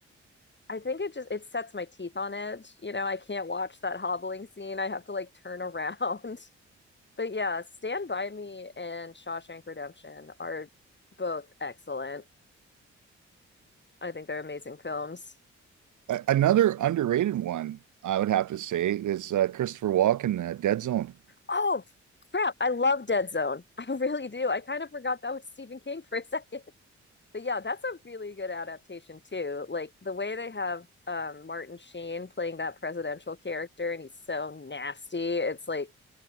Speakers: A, on the left; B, on the right.
A: I think it just it sets my teeth on edge. You know, I can't watch that hobbling scene. I have to like turn around. <laughs> But yeah, Stand By Me and Shawshank Redemption are both excellent. I think they're amazing films.
B: A- another underrated one, I would have to say, is uh, Christopher Walken, uh, Dead Zone.
A: Oh, crap. I love Dead Zone. <laughs> I really do. I kind of forgot that was Stephen King for a <laughs> second. But yeah, that's a really good adaptation too. Like the way they have um, Martin Sheen playing that presidential character and he's so nasty. It's like,